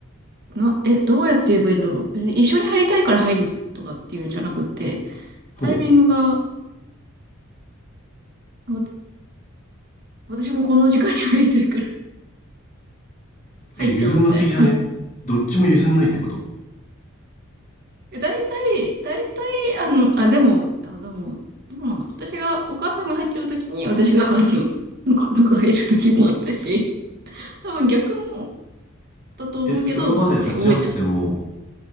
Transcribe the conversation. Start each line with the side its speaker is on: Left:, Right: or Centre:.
Right: な、え、どうやって言えばいいんだろう。別に一緒に入りたいから入るとかっていうんじゃなくて、
Left: ほう。
Right: タイミングが、わ私もこの時間に入りたいから <laughs> 入っちゃおうみたいな。
Left: え、譲んなすぎじゃねどっちも譲んないってこと
Right: <laughs> え大体、大体、あの、あ、でも、あ、でも、どうなんだろう。私が、お母さんが入ってるときに、私が、あの、<laughs> ぬかぬか入るときもあったし、多分逆もだと思うけど、
Left: え、風呂場で鉢合わせても、
Right: あんまり覚えてない。